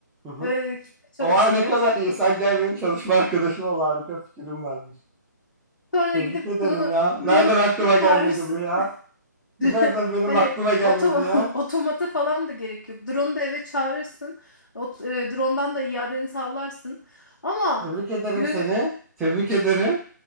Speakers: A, in the centre; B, on the left (about 75°).
A: hı hı.
B: E, kimse çalışmıyor.
A: Oha ne kadar iyi. Sen gel benim çalışma arkadaşım ol. Harika fikrim varmış.
B: Sonra
A: Tebrik
B: gidip
A: ederim
B: bunu
A: ya. Nereden
B: drone'u
A: aklıma
B: da eve
A: gelmedi
B: çağırırsın.
A: bu ya? Bu
B: <laughs>
A: nereden benim
B: Hani
A: aklıma gelmedi
B: otom
A: ya?
B: <laughs> otomata falan da gerek yok. Drone'u da eve çağırırsın. Ot e, drone'dan da iadeni sağlarsın. Ama
A: Tebrik ederim
B: gö-
A: seni. Tebrik ederim